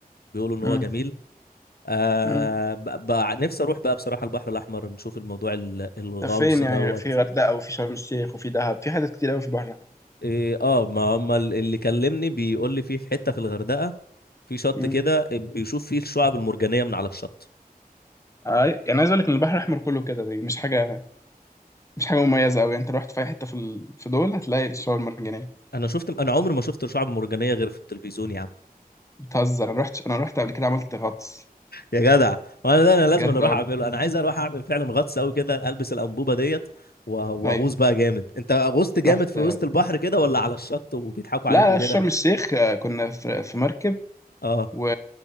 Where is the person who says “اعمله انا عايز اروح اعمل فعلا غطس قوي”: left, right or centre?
Left